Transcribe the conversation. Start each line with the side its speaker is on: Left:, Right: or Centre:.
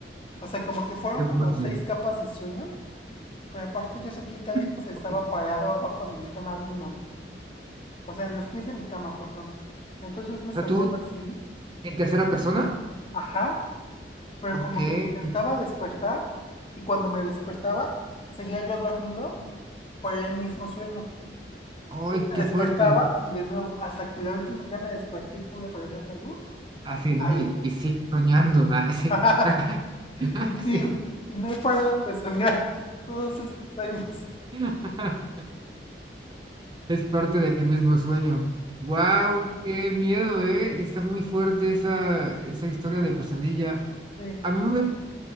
Left: O sea, como que fueron
Right: Qué
Left: como
Right: fuerte.
Left: seis capas de sueño Pero aparte yo sentí que alguien
Right: Ok.
Left: se estaba parado abajo de mi cama viéndome. O sea, en los pies de mi cama, perdón. Entonces yo me
Right: O
Left: soñaba
Right: sea, tú
Left: así,
Right: en tercera persona.
Left: ajá, pero
Right: Ok.
Left: como que me intentaba despertar y cuando me despertaba seguía yo dormido por el mismo sueño.
Right: Ay, qué
Left: Me despertaba
Right: fuerte.
Left: y de nuevo, hasta que la última, ya me desperté y pude prender la luz.
Right: Así, ¿no?
Left: Ahí.
Right: Y, y sí, soñando. Así.
Left: <laughs>
Right: <laughs> Así.
Left: y sigo. Y no he parado de soñar todos estos años.
Right: <laughs> Es parte del mismo sueño. Wow, qué miedo, ¿eh? Está muy fuerte esa, esa historia de pesadilla.
Left: Sí.
Right: A mí me